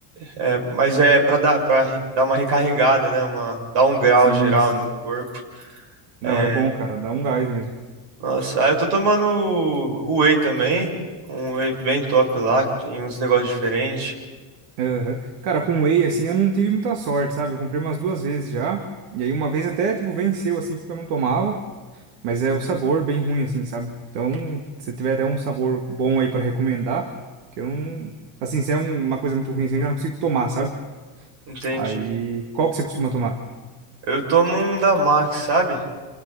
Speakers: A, on the right; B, on the right.
A: É, mas é pra dar, pra re- dar uma recarregada, né? Uma, dar um grau
B: Sim,
A: geral
B: sim.
A: no corpo.
B: Não,
A: É,
B: é bom, cara, dá um gás mesmo.
A: Nossa, ah, eu tô tomando o whey também, um whey bem top lá, que tem uns negócios diferentes.
B: Aham. Cara, com whey, assim, eu não tive muita sorte, sabe? Eu comprei umas duas vezes já. E aí uma vez até, tipo, venceu, assim, porque eu não tomava. Mas é o sabor bem ruim, assim, sabe? Então, se tiver até um sabor bom aí pra recomendar, que eu não. Assim, se é um- uma coisa muito ruim, assim, eu já não consigo tomar, sabe?
A: Entendi.
B: Aí, qual que você costuma tomar?
A: Eu tomo um da Max, sabe?